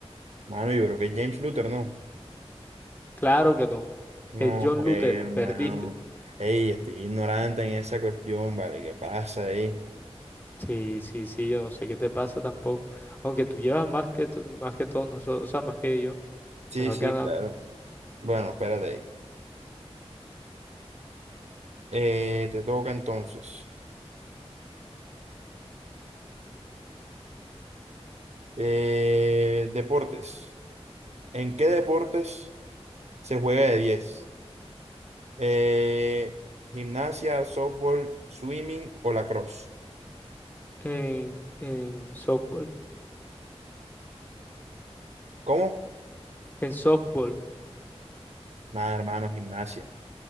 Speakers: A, on the right; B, on the left.
A: mano yo creo que es James Luther, ¿no?
B: Claro que no.
A: No,
B: Es John
A: pues,
B: Luther,
A: hermano.
B: perdiste.
A: Ey, estoy ignorante en esa cuestión, ¿vale? ¿Qué pasa ahí?
B: Sí, sí, sí, yo no sé qué te pasa tampoco. Aunque tú llevas más que, to- más que todos nosotros, o sea, más que yo,
A: Sí,
B: me va
A: sí,
B: ganando.
A: claro. Bueno, espérate ahí. Eh, te toca entonces. Eh, deportes. ¿En qué deportes se juega de diez Eh, gimnasia, softball, swimming o lacrosse.
B: En, en softball,
A: ¿Cómo?
B: en softball.
A: Nada, hermano, gimnasia.